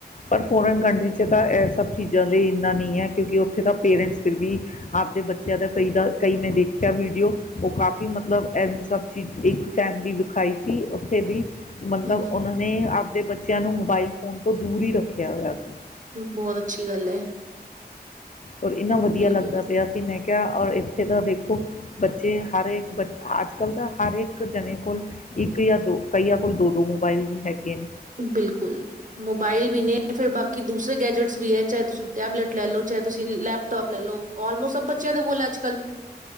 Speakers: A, on the left (about 50°); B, on the right (about 50°).
A: ਪਰ ਫੋਰਨ ਕੰਟਰੀ ਚ ਤਾਂ ਏ ਇਹ ਸਭ ਚੀਜ਼ਾਂ ਲਈ ਇੰਨਾ ਨਹੀਂ ਹੈ, ਕਿਉਂਕਿ ਉੱਥੇ ਤਾਂ ਪੇਰੈਂਟਸ ਫਿਰ ਵੀ ਆਪਦੇ ਬੱਚਿਆਂ ਦਾ ਕਈ ਦਾ ਕਈ ਨੇ ਦੇਖਿਆ ਵੀਡੀਓ ਉਹ ਕਾਫ਼ੀ ਮਤਲਬ ਏ ਸਭ ਚੀਜ਼ ਇੱਕ ਫੈਮਿਲੀ ਵਿਖਾਈ ਸੀ। <unintelligible> ਮਤਲਬ
B: ਹੂੰ ਹੂੰ
A: ਉਹਨਾਂ ਨੇ ਆਪਦੇ ਬੱਚਿਆਂ ਨੂੰ ਮੋਬਾਈਲ ਫੋਨ ਤੋਂ ਦੂਰ ਹੀ ਰੱਖਿਆ ਦਾ ਸੀ।
B: ਬਹੁਤ ਅੱਛੀ ਗੱਲ ਏ।
A: ਔਰ ਇੰਨਾ ਵਧੀਆ
B: ਬਿਲਕੁਲ।
A: ਲੱਗਦਾ ਪਿਆ ਸੀ ਮੈਂ ਔਰ ਇੱਥੇ ਤਾਂ ਵੇਖੋ ਬੱਚੇ ਹਰ ਇੱਕ ਬੱਚਾ ਅੱਜ ਕੱਲ ਤਾਂ ਹਰ ਇੱਕ ਜਣੇ ਕੋਲ ਇੱਕ ਯਾਂ ਦੋ ਕਈਆਂ ਕੋਲ ਦੋ-ਦੋ ਮੋਬਾਇਲ ਵੀ ਹੈਗੇ। ਨੇ
B: ਬਿਲਕੁਲ ਮੋਬਾਇਲ ਵੀ ਨੇ ਫਿਰ ਬਾਕੀ ਦੂਸਰੇ ਗੈਜਟਸ ਵੀ ਏ ਚਾਹੇ ਤੁਸੀਂ ਟੈਬਲੇਟ ਲੈ ਲਓ, ਚਾਹੇ ਤੁਸੀਂ ਲੈਪਟੋਪ ਲੈ ਲਓ ਆਲਮੋਸਟ ਸਭ ਬੱਚਿਆਂ ਦੇ ਕੋਲ ਅੱਜ ਕੱਲ।